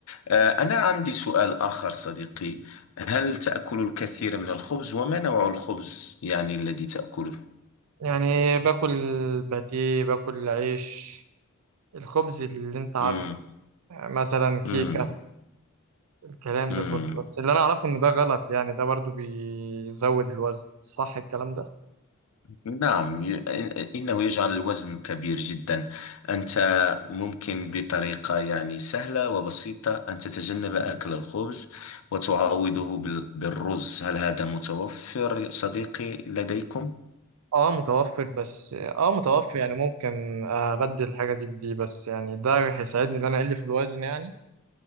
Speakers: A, on the left; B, on the right.
A: آه، أنا عندي سؤال آخر صديقي هل تأكل الكثير من الخبز وما نوع الخبز يعني الذي تأكله؟
B: يعني باكل باتيه باكل عيش الخبز اللي انت عارفه
A: مم.
B: آه، مثلا
A: مم.
B: كيكة الكلام
A: مم.
B: ده كله بس اللي انا اعرفه ان ده غلط يعني ده برضو بيزود الوزن صح الكلام ده
A: نعم ي- إن- إنه يجعل الوزن كبير جدا أنت ممكن بطريقة يعني سهلة وبسيطة أن تتجنب أكل الخبز وتعوضه بال- بالرز هل هذا متوفر صديقي لديكم؟
B: اه متوفر بس اه متوفر يعني ممكن ابدل الحاجه دي بدي بس يعني ده هيساعدني ان انا اقل في الوزن يعني